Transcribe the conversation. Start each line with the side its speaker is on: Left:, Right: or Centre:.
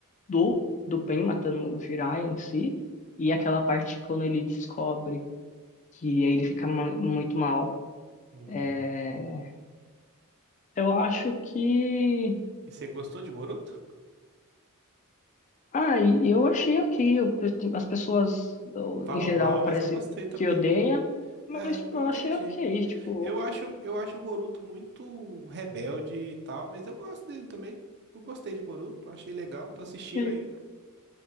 Left: do do Pen matando o Jiraiya em si e aquela parte quando ele descobre que aí ele fica mu- muito mal.
Right: Uhum.
Left: É, eu acho que
Right: E você gostou de Boruto?
Left: ah, e eu achei ok. eu- pe- as pessoas eu,
Right: Falam
Left: em geral
Right: mal,
Left: parece
Right: mas eu gostei também.
Left: que odeia, mas
Right: É,
Left: tipo
Right: não entendi.
Left: eu achei ok. Tipo,
Right: Eu acho, eu acho o Boruto muito rebelde e tal, mas eu gosto dele também. Eu gostei de Boruto, achei legal, tô assistindo
Left: e
Right: ainda.